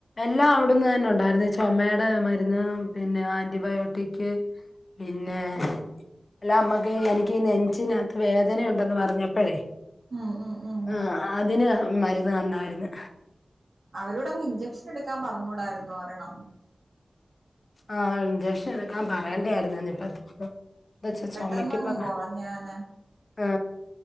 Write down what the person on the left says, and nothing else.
എല്ല അവിട്ന്ന് തന്നെ ഉണ്ടായിരുന്നു ചുമമ്മയുടെ മരുന്ന് പിന്നെ ആന്റിബയോട്ടിക്ക് ങ് ല്ല അമ്മക്ക് എനിക്ക് നെഞ്ചിനകത്ത് വേദനുണ്ടെന്ന് പറഞ്ഞപ്പോഴേ
ആഹ് അതിന് മരുന്ന് ത ന്നായിരുന്നു
ആ ഇഞ്ചക്ഷൻ എടുക്കാൻ പറയേണ്ടായിരുന്നു ഇപ്പ തോന്നു എന്താച്ഛാ ചുമക്കുപ്പം
മ്മ്
ആ